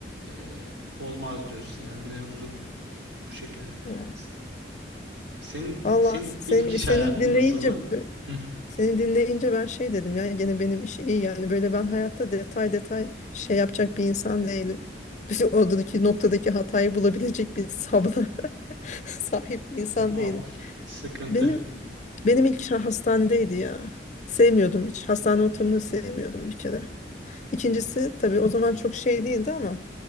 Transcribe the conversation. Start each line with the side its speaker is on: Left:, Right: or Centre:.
Right: e, olmaz diyorsun yani mevzu bu. Bu şekilde.
Left: Ya.
Right: S- Senin,
Left: Vallahi
Right: senin
Left: senin
Right: ilk iş
Left: senin
Right: hayatın
Left: dinleyince
Right: nasıldı? Hı.
Left: Seni dinleyince ben şey dedim ya gene benim işi iyi yani böyle ben hayatta detay detay şey yapacak bir insan değilim. <laughs> Oradaki noktadaki hatayı bulabilecek bir sabra <laughs> sahip bir insan
Right: Vallahi
Left: değilim.
Right: sıkıntı.
Left: Benim benim ilk işim hastanedeydi ya. Sevmiyordum hiç. Hastane ortamını sevmiyordum bir kere. İkincisi tabii o zaman çok şey değildi ama